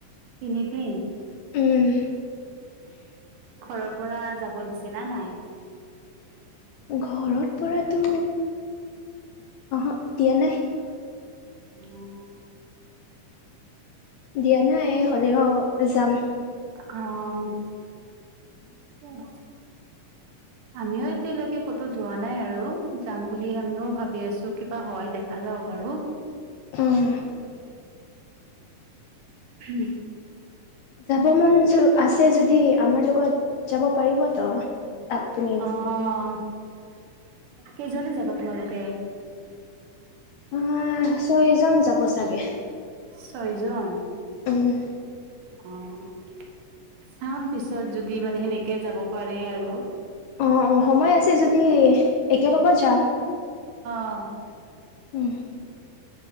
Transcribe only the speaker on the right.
তিনিদিন।
ঘৰৰ পৰা যাব দিছে নে নাই?
উম।
অ'। উম। আমিও এতিয়ালৈকে ক'তো যোৱা নাই আৰু যাম বুলিয়ে আমিও ভাবি আছো। কিবা হয় দেখা যাওঁক আৰু।
<unintelligible>
অ'। কেইজনে যাবা তোমালোকে?
ছয়জন?
অ'। চাম পিছত যদি মানে সেনেকে যাব পাৰি আৰু।
অ'।